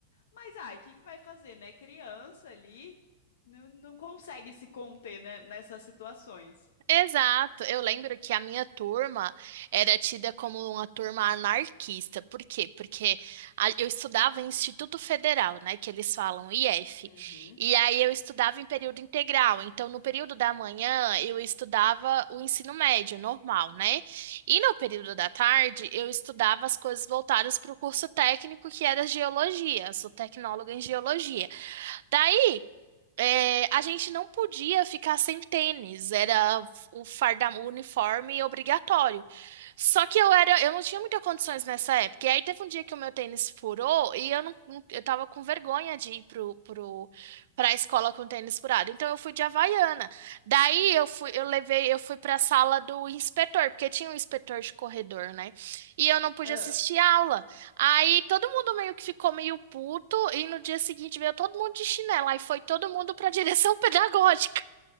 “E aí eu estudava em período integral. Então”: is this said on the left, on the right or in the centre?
Right